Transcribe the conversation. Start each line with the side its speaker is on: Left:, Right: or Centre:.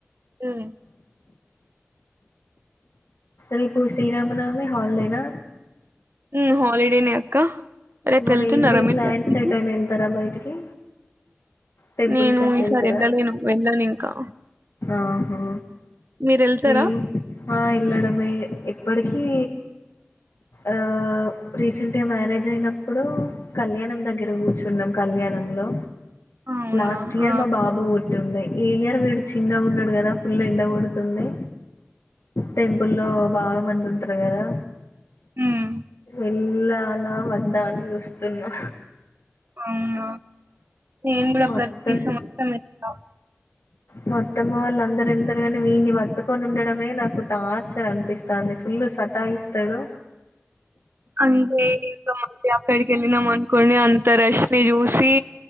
Right: ఊమ్
Left: రేపు శ్రీరామనవమి హాలిడే నా
Right: ఉ హాలిడేనే అక్క రేపు
Left: మరి
Right: వెళ్తున్నారా
Left: ఏంటి
Right: మీరు
Left: ప్లాంన్స్
Right: టెంపుల్
Left: ఎటైనా
Right: కి
Left: వెళ్తారా బయటికి టెంపుల్
Right: నేను
Left: కి అట్లా
Right: ఈసారి
Left: వెళ్తారా
Right: వెళ్ళలేను వెళ్ళను ఇంకా
Left: ఆహా
Right: మీరు వెళ్తారా
Left: మేము మహా వెళ్లడమే ఏ ఇప్పటికీ ఆ రీసెంట్ గా మ్యారేజ్ అయిన ఏప్పుడు కళ్యాణం దగ్గర కూర్చున్నం కళ్యాణంలో
Right: అవునా
Left: లాస్ట్ ఇయర్
Right: ఆ
Left: మా బాబు పుట్టిండే ఈ ఇయర్ వీడు చిన్నగున్నడు కదా ఫుల్ ఎండ కొడుతుంది టెంపుల్లో బాగా మంది ఉంటరు కదా
Right: హమ్
Left: వెళ్లాలా వద్ధా అని చూస్తున్నా
Right: అవునా నేను కూడా
Left: మొత్తం
Right: ప్రతి సంవత్సరం వెళ్తాం
Left: మా అత్తమ్మ వాళ్ళందరూ వెళ్తారు కానీ వీన్నీ పట్టుకొని ఉండడమే నాకు టార్చ అనిపిస్తంది ఫుల్ సతాయిస్తడు
Right: అంతే ఇగా మళ్ళీ ఆక్కడికిళ్లినమన్కోండీ అం అంత రష్ ని చూసి